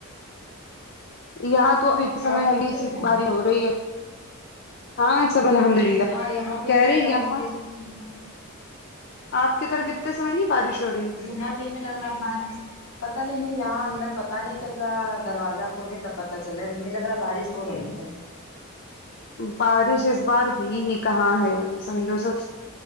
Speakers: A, on the left; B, on the left.
A: یہاں تو ابھی اس سمے
B: اور
A: ہلکی
B: سب ٹھیک
A: سی
B: ہے
A: بارش ہو رہی ہے ہاں سب الحمد للہ
B: ہاں یہاں بھی
A: کہہ
B: ہمیں لگ
A: رہے یہاں
B: رہا بارش ہو رہی
A: آپ کی طرف اتتے سمئے نہیں بارش ہو رہی
B: یہاں بھی نہیں لگ رہا بارش پتا نہیں یہاں اندر پتا نہیں چل رہا دروازہ کھولے تب پتا چلے ہمیں لگرا بارش ہو رہی ہے
A: بارش اس بار ہوئی ہی کہاں ہے سمجھو سب